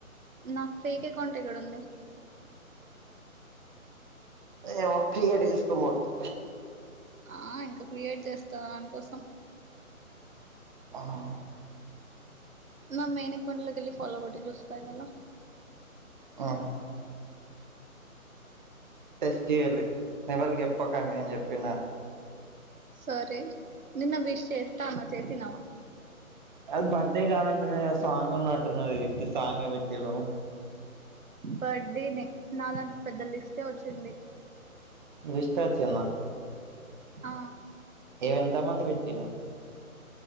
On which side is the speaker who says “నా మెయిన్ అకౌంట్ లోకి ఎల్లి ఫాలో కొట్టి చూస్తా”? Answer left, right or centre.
Right